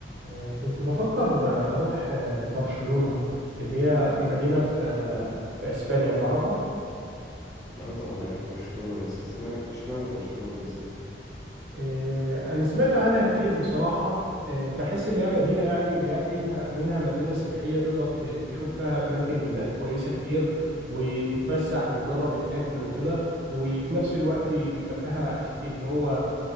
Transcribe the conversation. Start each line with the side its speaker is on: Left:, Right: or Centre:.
Right: آه، كنت بفكر آه، أروح آه، برشلونة اللي هي مدينة في آه، في أسبانيا تعرفها
Left: اه طبعا عارف برشلونة بس اسمع اشمعنى برشلونة بالذات
Right: آه، أنا سمعت عنها كتير بصراحة آه، بحس اللي هي مدينة يعني اللي هي منها منها مدينة سياحية تقدر ت- تشوف فيها أماكن كويسة كتير وتتفسح وتجرب الأكل وكده وفي نفس الوقت بيبقى فيها اللي هو